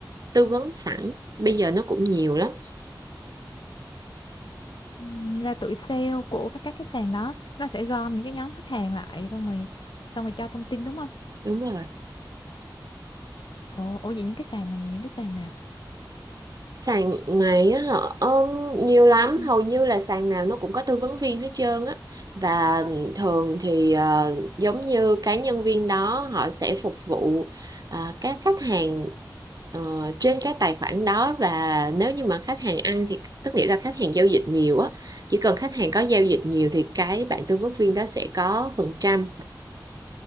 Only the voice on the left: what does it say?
Ừm, là tụi sale của các cái sàn đó nó sẽ gom những cái nhóm khách hàng lại xong rồi xong rồi cho thông tin đúng không?
Ồ, ồ vậy những cái sàn là những cái sàn nào?
Ừ.